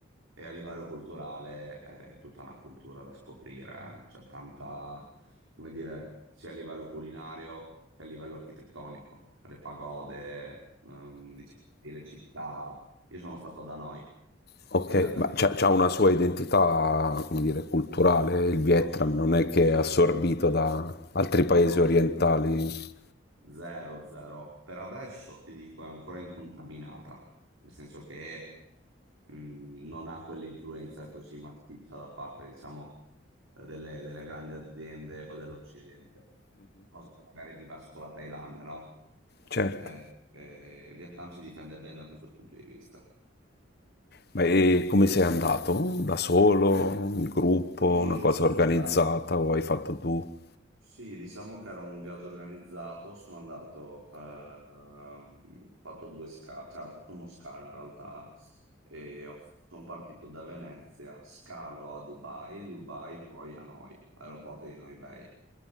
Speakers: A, on the right (about 85°); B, on the left (about 50°).
A: E a livello culturale eh, è tutta una cultura da scoprire, eh. C'è tanta come dire, sia a livello culinario che a livello architettonico, le pagode, ehm, diciamo, le città. Io sono stato a Hanoi,
B: ok,
A: quindi la capitale,
B: ma c'ha, c'ha una sua identità, come dire, culturale, il Vietnam
A: assolutamente
B: non è che
A: sì.
B: è assorbito da altri paesi
A: No.
B: orientali.
A: Zero, zero. Per adesso ti dico è ancora incontaminata, nel senso che mh, non ha quell'influenza così massiccia da parte, diciamo, eh, delle, delle grandi aziende o dell'Occidente, cosa che magari è diverso con la Thailandia, no?
B: Certo.
A: Eh, eh, il Vietnam si difende bene da questo punto di vista.
B: Ma e come sei andato? Da solo, in gruppo,
A: E
B: una cosa
A: sono
B: organizzata
A: andato
B: o hai fatto tu?
A: Sì, diciamo che era un viaggio organizzato, sono andato, eh, ho fatto due scale, cioè ho fatto uno scalo in realtà, e ho- sono partito da Venezia, scalo a Dubai, Dubai poi a Noi, aeroporto di Noi Bay.